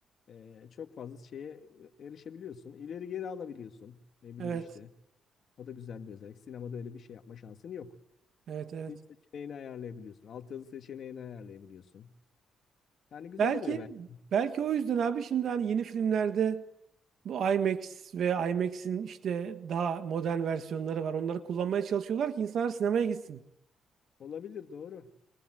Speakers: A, on the left (about 60°); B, on the right (about 65°).
A: e, çok fazla şeye erişebiliyorsun. İleri geri alabiliyorsun. Ne bileyim
B: Evet.
A: işte. O da güzel bir özellik. Sinemada öyle bir şey yapma şansın yok.
B: Evet evet.
A: Dil seçeneğini ayarlayabiliyorsun. Altyazı seçeneğini ayarlayabiliyorsun. Yani güzel
B: Belki
A: oluyor bence.
B: belki o yüzden abi şimdi hani yeni filmlerde bu IMAX ve IMAX'in işte daha modern versiyonları var. Onları kullanmaya çalışıyorlar ki insanlar sinemaya gitsin.
A: Olabilir doğru.